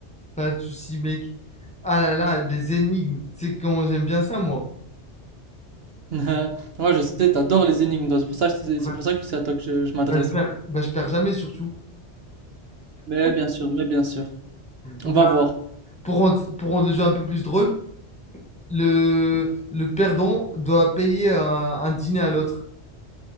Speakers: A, in the centre; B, on the right.
A: Pas de soucis, mec. Ah là là, des énigmes. C'est comment j'aime bien ça, moi.
B: <laughs> Ouais, je sais, t'adores les énigmes, toi, c'est pour ça que c'est
A: Bah,
B: c'est pour ça que c'est à toi que je, je m'adresse.
A: bah, je perds, bah, je perds jamais, surtout.
B: Mais bien sûr, mais bien sûr.
A: Bah,
B: On va voir.
A: pour rendre, pour rendre le jeu un peu plus drôle, le, le perdant doit payer un, un dîner à l'autre.